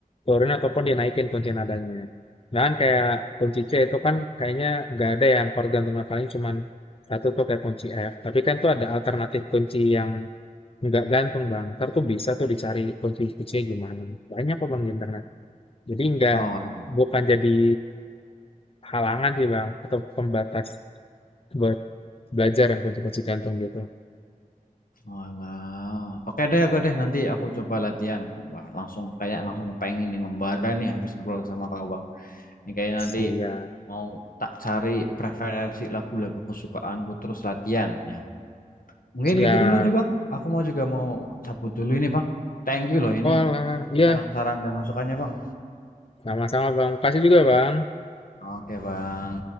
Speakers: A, on the left (about 40°); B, on the left (about 80°).
A: turunin ataupun dinaikin kunci nadanya dan kayak kunci C itu kan kayaknya nggak ada yang chord gantungnya paling cuman satu tuh kayak kunci F tapi kan tuh ada alternatif kunci yang nggak gantung bang ntar tuh bisa tuh dicari kunci C gimana banyak kok bang di internet jadi nggak
B: Oh,
A: bukan jadi halangan sih bang atau pembatas buat belajar yang kunci-kunci gantung gitu
B: alah. Oke deh, oke deh. Nanti aku coba latihan. Wah, langsung kayak langsung pengen nih membara nih habis ngobrol sama kau bang. Ini kayaknya nanti
A: siap
B: mau tak cari preferensi lagu-lagu kesukaanku terus latihan ya. Mungkin
A: siap
B: gitu dulu juga bang. Aku mau juga mau cabut dulu ini bang. Thank you loh ini
A: oh lah ya
B: saran-saran dan masukannya bang.
A: Sama-sama Bang. Kasih juga Bang.
B: Oke bang.